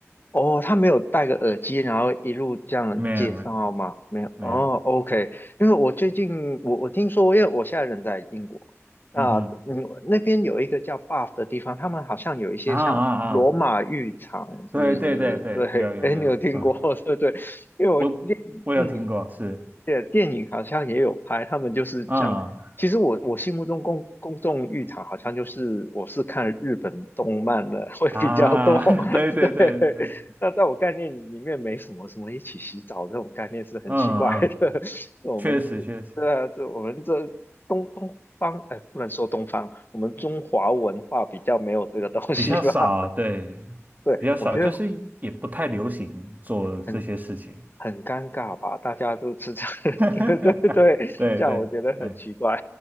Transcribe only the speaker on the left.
哦，他没有戴个耳机，然后一路这样介绍吗？
没有，
哦，OK，因为我最近我我听说，因为我现在人在英国，啊，
嗯，那边有一个叫 b u f f 的地方，他们好像有一些像罗马浴场，
是不是？<laughs> 对，
哎，你有听过？
<laughs> 对对，因为我，
嗯，
对，电影好像也有拍，他们就是这样。
其实我我心目中公公众浴场好像就是我是看日本动漫的 <laughs> 会比较多，
<laughs>
对。那在我概念里面没什么什么一起洗澡这种概念是很奇怪的。
<laughs> 我们对对啊，
这我们这东东方哎，不能说东方，我们中华文化比较没有这个东西吧？
<laughs> 对，
我觉得。
很。很尴尬吧？大家都吃这，
<laughs> 对对对，
这样我觉得很奇怪。